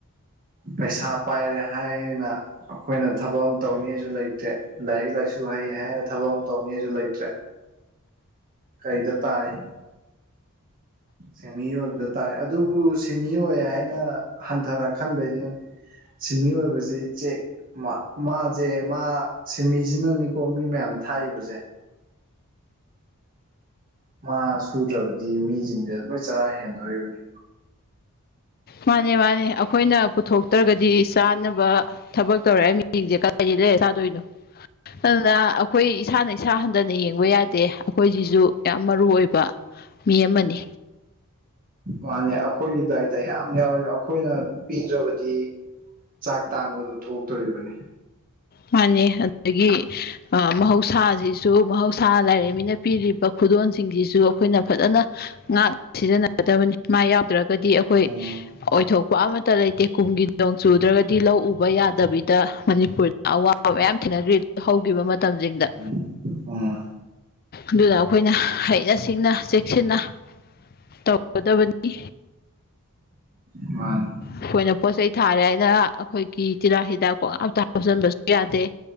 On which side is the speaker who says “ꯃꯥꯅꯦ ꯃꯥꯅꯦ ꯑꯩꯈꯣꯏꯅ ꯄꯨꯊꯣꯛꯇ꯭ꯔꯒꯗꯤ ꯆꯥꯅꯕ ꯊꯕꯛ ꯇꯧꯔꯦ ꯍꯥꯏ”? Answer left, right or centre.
Left